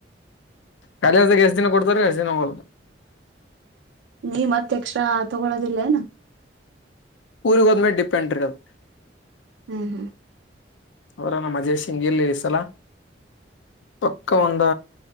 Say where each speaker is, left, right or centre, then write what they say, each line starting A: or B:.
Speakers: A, on the left; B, on the right.
A: ಕಾಲೇಜುದಾಗ ಎಷ್ಟ್ ದಿನ ಕೊಡ್ತಾರ ಎಷ್ಟ ದಿನ ಹೋಗೋದು.
B: ನೀ ಮತ್ ಎಕ್ಸ್ಟ್ರಾ ತಗೊಳ್ಳೋದಿಲೇನು.
A: ಊರಿಗ ಹೋದ ಮೇಲೆ ಡಿಪೆಂಡ್ ರೀ ಅದು.
B: ಹ್ಮ್ ಹ್ಮ್
A: ಅವರ ನಮ್ಮ ಮಜೇಶ್ ಇಲ್ಲ ಈಸಲ. ಪಕ್ಕ ಒಂದ